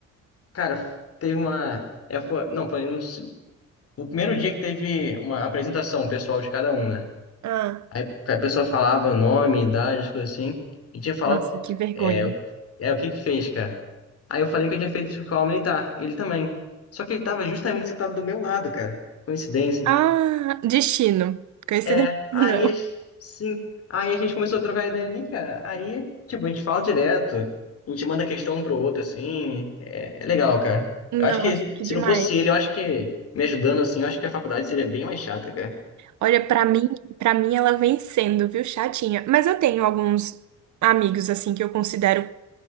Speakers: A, on the left; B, on the right.
A: cara, teve uma, é, foi, não, foi um- o primeiro dia que teve uma apresentação pessoal de cada um, né?
B: Ah,
A: Aí a pessoa falava o nome, idade, coisa assim. E tinha que falar
B: nossa,
A: o-
B: que vergonha.
A: é, o- é, o que que fez, cara. Aí eu falei que eu tinha feito escola militar. Ele também. Só que ele tava justamente sentado do meu lado, cara. Coincidência.
B: Ah, destino. Coincidência,
A: É, aí
B: <laughs> não.
A: as- sim. Aí a gente começou a trocar ideia ali, cara. Aí, tipo, a gente fala direto. A gente manda questão um pro outro, assim. É, é legal, cara.
B: Nossa,
A: Eu acho que
B: que
A: se
B: demais.
A: não fosse ele, eu acho que me ajudando assim, eu acho que a faculdade seria bem mais chata, cara.
B: Olha, pra mim, para mim ela vem sendo, viu, chatinha. Mas eu tenho alguns amigos assim que eu considero